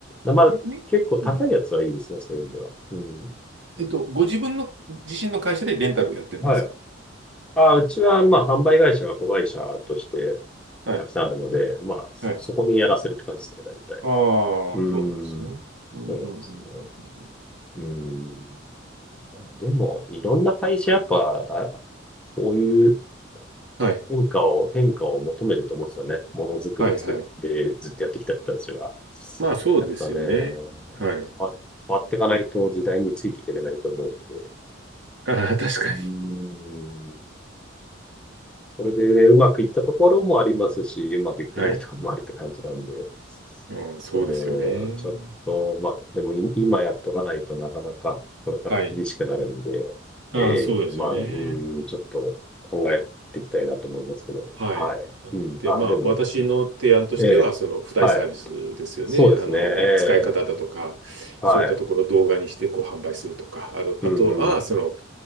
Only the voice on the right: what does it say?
み、みうん。
えっと、ご自分の自身の会社でレンタルをやってるんですか
はい。
はい。
あ
あ、そうなんですね。うんうんうんうんうんうん。
はい。
はいはい。まあそうですよね。
はい。
ああ、確かに。
はい。まあそうですよね。
はい。ああ、
そうですよね。
はい。
で、
まあ私の提案としては、
その付帯サービスですよね。
あの、
使い方だとか、
そういったところを動画にしてこう販売するとか、あの、あとは、
その、